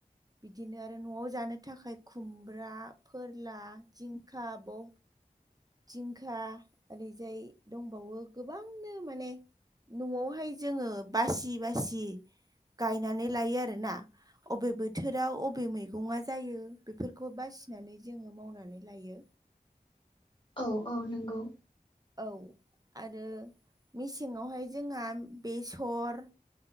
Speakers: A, on the right; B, on the left.
A: बिदिनो आरो न'आव जानो थाखाय खुमब्रा फोरला जिंखा ब दिंखा ओरैजाय दंबावो गोबांनो माने न'आवहाय जोङो बासि बासि गायनानै लायो आरोना। अबे बोथोराव अबे मैगं ङा जायो बेफोरखौ बासिनानै जोङो मावनानै लायो।
B: औ औ नोंगौ
A: औ आरो मेसेङावहाय जोंहा बेसर